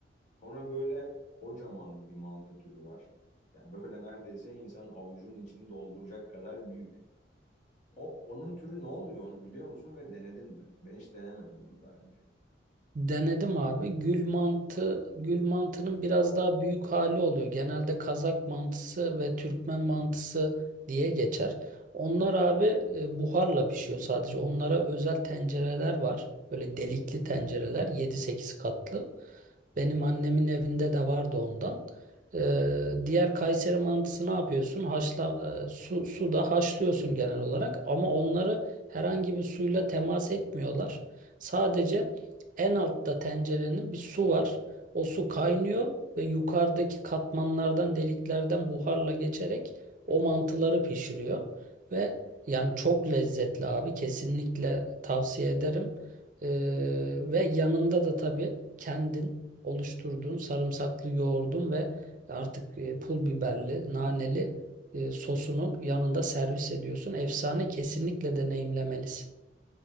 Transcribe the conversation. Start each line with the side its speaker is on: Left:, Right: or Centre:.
Left: Sonra böyle kocaman bir mantı türü var. Ya böyle neredeyse insan avucunun içini dolduracak kadar büyük. O onun türü ne oluyor onu biliyor musun ve denedin mi? Ben hiç denemedim onu daha önce.
Right: Denedim abi. Gül mantı, gül mantının biraz daha büyük hali oluyor. Genelde Kazak mantısı ve Türkmen mantısı diye geçer. Onlar abi e, buharla pişiyor sadece. Onlara özel tencereler var. Böyle delikli tencereler yedi sekiz katlı. Benim annemin evinde de vardı ondan. Ee, diğer Kayseri mantısı ne yapıyorsun? Haşla, e, su, suda haşlıyorsun genel olarak ama onları herhangi bir suyla temas etmiyorlar. Sadece en altta tencerenin bir su var. O su kaynıyor ve yukarıdaki katmanlardan, deliklerden buharla geçerek o mantıları pişiriyor. Ve yani çok lezzetli abi. Kesinlikle tavsiye ederim. Ee, ve yanında da tabii kendin oluşturduğun sarımsaklı yoğurdun ve artık e, pul biberli, naneli e, sosunu yanında servis ediyorsun. Efsane kesinlikle deneyimlemelisin.